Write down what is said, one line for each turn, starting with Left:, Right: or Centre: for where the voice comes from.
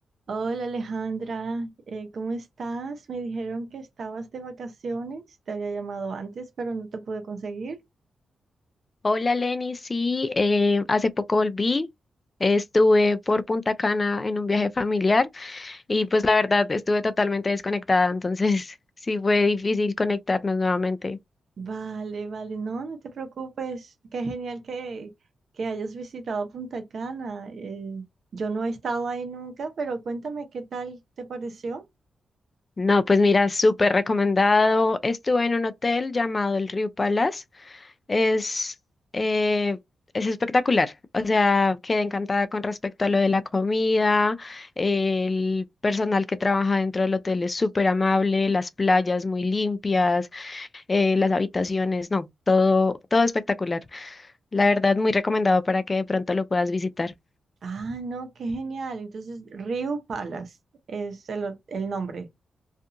Right: Hola Alejandra, eh, ¿cómo estás? Me dijeron que estabas de vacaciones, te había llamado antes, pero no te pude conseguir.
Left: Hola Lenny, sí, eh, hace poco volví, estuve por Punta Cana en un viaje familiar y pues la verdad estuve totalmente desconectada, entonces <laughs> sí fue difícil conectarnos nuevamente.
Right: Vale, vale, no, no te preocupes, qué genial que, que hayas visitado Punta Cana. eh, yo no he estado ahí nunca, pero cuéntame qué tal te pareció.
Left: No, pues mira, súper recomendado. Estuve en un hotel llamado el Rio Palace, es, eh, es espectacular, o sea, quedé encantada con respecto a lo de la comida, el personal que trabaja dentro del hotel es súper amable, las playas muy limpias. eh, las habitaciones, no, todo, todo espectacular. La verdad, muy recomendado para que de pronto lo puedas visitar.
Right: Ah, no, qué genial. Entonces, Rio Palace es el, o- el nombre.